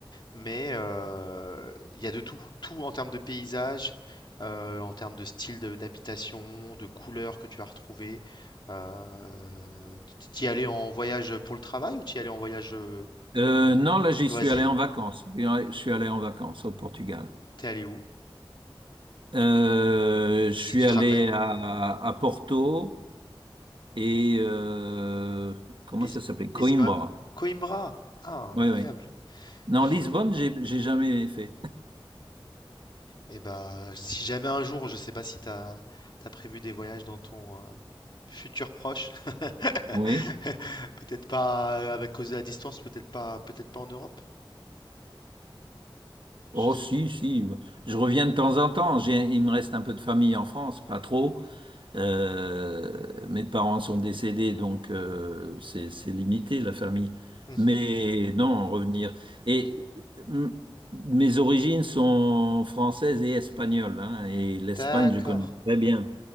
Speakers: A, on the left; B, on the right.
A: mais euh, il y a de tout, tout en termes de paysage, euh, en termes de style de- d'habitation, de, couleurs que tu vas retrouver. Euh, t'y allais en voyage pour le travail ou t'y allais en voyage euh,
B: Euh,
A: euh,
B: non, là, j'y
A: loisir?
B: suis allé en vacances. Oui, ouais, je suis allé en vacances au Portugal.
A: T'es allé où?
B: Euh, je
A: Si
B: suis
A: tu te
B: allé
A: rappelles,
B: à, à Porto et euh, comment
A: Lis-
B: ça s'appelait? Coimbra.
A: Lisbonne, Coimbra. Ah, incroyable.
B: Oui, oui. Non,
A: J'ai-
B: Lisbonne, j'ai j'ai jamais fait.
A: Eh ben, si jamais un jour, je sais pas si t'as as prévu des voyages dans ton, euh, Futur proche. <laughs>
B: Oui.
A: Peut-être pas euh, avec cause de la distance, peut-être pas peut-être pas en Europe. Je
B: Oh,
A: sais
B: si, si. Je reviens de temps en temps. J'ai, il me reste un peu de famille en France, pas trop. Euh, mes parents sont décédés, donc euh, c'est c'est limité la famille.
A: pas. Mhm.
B: Mais non, revenir. Et mm, mes origines sont françaises et espagnoles, hein, et l'Espagne,
A: D'accord.
B: je connais très bien.